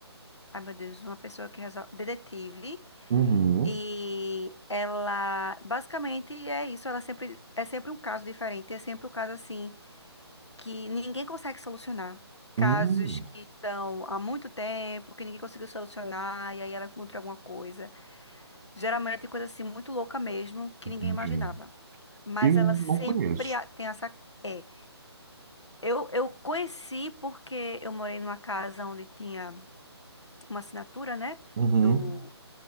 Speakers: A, on the left; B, on the right.
A: ai meu Deus, uma pessoa que resolve, detetive
B: uhum,
A: e ela basicamente é isso. Ela sempre é sempre um caso diferente. É sempre um caso assim que ninguém consegue solucionar. Casos
B: hum,
A: que estão há muito tempo, que ninguém conseguiu solucionar, e aí ela encontra alguma coisa. Geralmente coisa assim muito louca mesmo, que
B: entendi.
A: ninguém imaginava. Mas
B: Eu
A: ela sempre
B: não conheço.
A: a- tem essa. é Eu, eu conheci porque eu morei numa casa onde tinha uma assinatura, né?
B: Uhum.
A: Do,